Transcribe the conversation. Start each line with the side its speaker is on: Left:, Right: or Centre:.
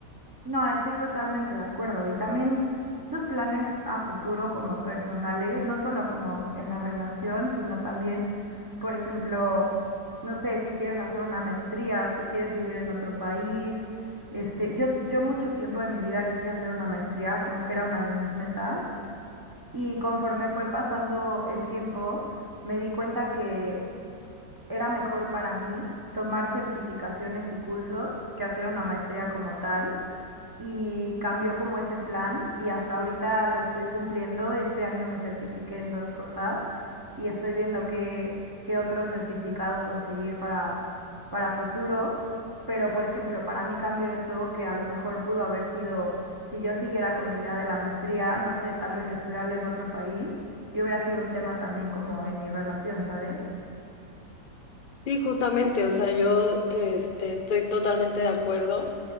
Right: No, estoy totalmente de acuerdo. Y también tus planes a futuro como personales, no solo como en la relación, sino también, por ejemplo, no sé, si quieres hacer una maestría, si quieres vivir en otro país. Este, yo, yo mucho tiempo de mi vida quise hacer una maestría, como que era una de mis metas. Y conforme fue pasando el tiempo, me di cuenta que era mejor para mí tomar certificaciones y cursos que hacer una maestría como tal y cambió como ese plan y hasta ahorita lo estoy cumpliendo. Este año me certifiqué en dos cosas y estoy viendo qué, qué otro certificado conseguir para, para futuro. Pero, por ejemplo, para mí cambió eso, que a lo mejor pudo haber sido, si yo siguiera con la idea de la maestría, no sé, tal vez estudiarla en otro país, y hubiera sido un tema también como en mi relación, ¿sabes?
Left: Sí, justamente, o sea, yo este, estoy totalmente de acuerdo.